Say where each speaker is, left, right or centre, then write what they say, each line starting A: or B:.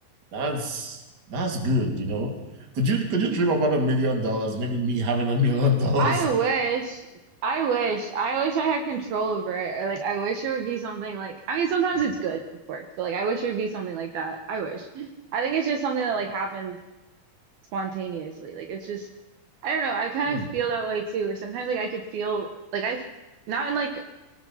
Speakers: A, on the right; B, on the right.
A: that's that's good you know could you could you dream about a million dollars maybe me having a million dollars
B: I wish, I wish, I wish I had control over it. Or like, I wish it would be something like, I mean, sometimes
A: <laughs>
B: it's good, of course, but like, I wish it would be something like that. I wish. I think it's just something that like
A: Yeah.
B: happens spontaneously. Like, it's just, I don't know. I kind
A: Hmm.
B: of feel that way too. Or sometimes like I could feel like I, not in like